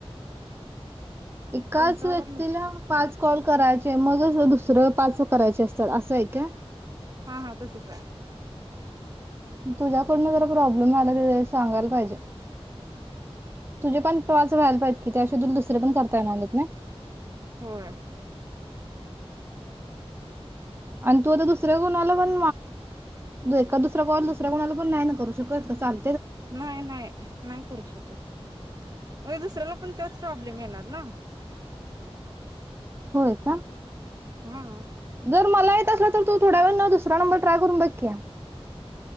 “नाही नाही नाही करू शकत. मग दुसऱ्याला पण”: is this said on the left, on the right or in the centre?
Right